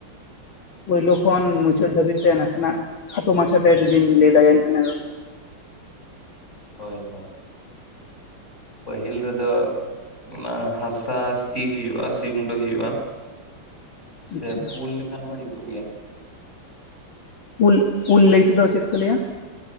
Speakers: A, on the left (about 65°); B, on the left (about 30°).
A: ᱯᱳᱭᱞᱳ ᱠᱷᱚᱱ ᱢᱩᱪᱟᱹᱫ ᱫᱷᱟᱹᱵᱤᱡ ᱛᱮ ᱱᱟᱥᱮᱱᱟᱜ ᱠᱷᱟᱴᱚ ᱢᱟᱪᱷᱟ ᱛᱮ ᱡᱩᱫᱤᱢ ᱞᱟᱹᱭ ᱫᱟᱲᱮᱭᱟᱹᱧ ᱠᱷᱟᱱ ᱫᱚ
B: ᱦᱚᱭ ᱦᱚᱭ ᱾ ᱯᱟᱹᱦᱤᱞ ᱨᱮᱫᱚ ᱚᱱᱟ ᱦᱟᱥᱟ ᱥᱤ ᱦᱳᱭᱳᱜᱼᱟ, ᱥᱤ ᱜᱩᱸᱰᱟᱹ ᱦᱩᱭᱩᱜᱼᱟ ᱾ ᱥᱮ
A: ᱟᱪᱪᱷᱟ
B: ᱯᱩᱞ ᱞᱮᱠᱷᱟᱱ ᱦᱚᱸ ᱡᱩᱛᱩᱜ ᱜᱮᱭᱟ ᱾
A: ᱩᱞ, ᱩᱞ ᱞᱟᱹᱭ ᱛᱮᱫᱚ ᱪᱮᱫ ᱠᱚ ᱞᱟᱹᱭᱟ?